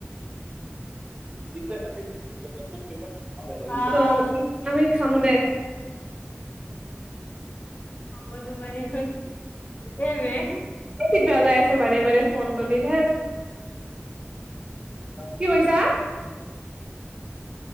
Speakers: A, on the right (about 25°); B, on the left (about 40°).
A: <inaudible> <unintelligible>
B: আহ
A: আমি খামদে।
B: <unintelligible> এ বে।
A: টিপা যাই আছে বাৰে বাৰে ফোন প্ৰতি ধেৎ। কি কৈছা। <unintelligible>